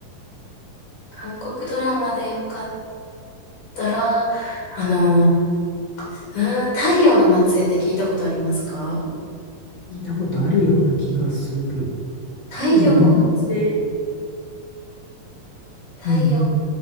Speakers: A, on the left; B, on the left.
A: 韓国ドラマで良かったら、あの、うーん、太陽の末裔って聞いたことありますか
B: い。聞いたことあるような気がする。
A: 太陽のま、
B: 太陽の惑星
A: 太陽っ
B: うんうん。